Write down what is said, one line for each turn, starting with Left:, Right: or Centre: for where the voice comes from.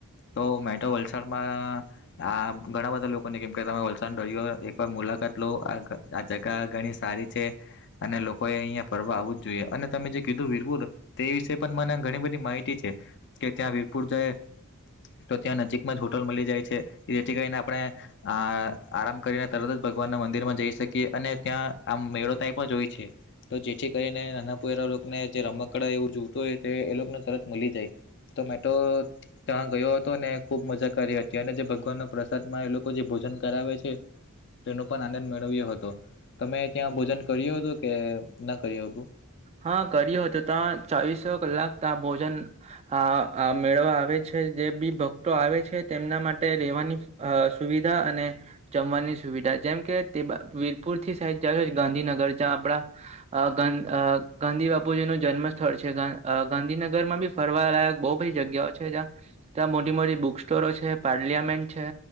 Left: તો મેટો વલસાડમાં આ ઘણા બધા લોકોને કેમ કે તમે વલસાડ ડળ્યો એકવાર મુલાકાત લો આ આ જગા ઘણી સારી છે અને લોકો એ અહિયાં ફરવા આવવ જ જોઈએ અને તમે જે કીધું વીરપુર તે વિશે પણ મને ઘણી બધી માહિતી છે કે ત્યાં વીરપુર જાય તો ત્યાં નજીકમાં જ હોટલ મળી જાય છે જેથી કરીને આપણે આ આરામ કરીને તરત જ ભગવાનના મંદિર માં જઈ શકીએ અને ત્યાં આમ મેળો ટાઈપ જો હોય છે તો જેથી કરીને નાના પુ એરા લોકોને જે રમકડા એવું જોવતું હોય તે એ લોકોને તરત મળી જાય તો મેટ્રો ત્યાં ગયો હતો ને ખૂબ મજા કરી હતી અને જે ભગવાનનો પ્રસાદ માં એ લોકો જે ભોજન કરાવે છે તેનો પણ આનંદ મેળવ્યો હતો તમે ત્યાં ભોજન કર્યું હતું કે ન કર્યું હતું
Right: હા કરી્યો તો ત્યા ચાવીસો કલાક ત ભોજન હા મેળવા આવે છે જે બી ભક્તો આવે છે તેમના માટે રેવાની અ સુવિધા અને જમવાની સુવિધા જેમ કે તે વીરપુર થી સાઈબ જાશો ગાંધીનગર જ્યાં આપડા અ ગ અ ગાંધી બાપુજી નું જન્મ સ્થળ છે ગાંધીનગર માં બી ફરવાલાાયક બહુ બધી જગ્યાઓ છે જ્યાં ત્યાં મોટી મોટી બુક સ્ટોરો છે પાર્લિયામેન્ટ છે